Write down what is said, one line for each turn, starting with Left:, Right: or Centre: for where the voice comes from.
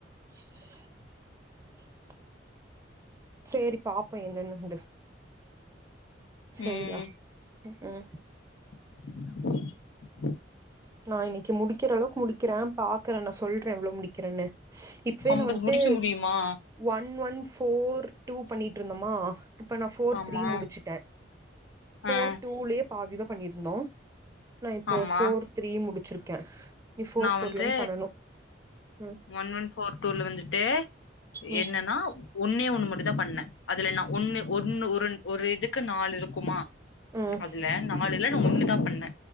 Right: <unintelligible> சேரி பாப்போ என்னன்னு வந்து சரியா
Left: ம்
Right: உம்
Left: <inaudible>
Right: நா இன்னைக்கு முடிக்கிற அளவுக்கு முடிக்கிறே பாக்குறே நான் சொல்றே எவ்ளவு முடிக்கிறேன்னு இப்பேனு
Left: அம்பது
Right: வன்டு
Left: முடிக்க முடியுமா
Right: ஒன் ஒன் ஃவோர் டூ பண்ணிட்டு ட்டு இருந்தமா இப்போ நா ஃவோர்
Left: ஆமா
Right: த்ரீ முடிச்சுட்டே ஃவோர்
Left: ஆ
Right: டூலயே பாதிதா பண்ணியிருந்தே நா இப்போ
Left: ஆமா
Right: ஃவோர் பி இ முடிச்சிருக்கே நீ ஃபோர்
Left: நா
Right: ஃபோர்ல
Left: வந்து...
Right: இருந்து பண்ணனு ம்
Left: ஒன் ஒன் ஃபோர் டூல வந்துட்டு
Right: ம்
Left: என்னன்னா ஒன்னே ஒன்னு மட்டு தா பண்ணே அதுல நா ஒன்னு ஒன்னு ஒரு ஒரு இதுக்கு நாலு இருக்குமா
Right: ம்
Left: அதுல நாலு இல்ல நா ஒன்னு தா பண்ணே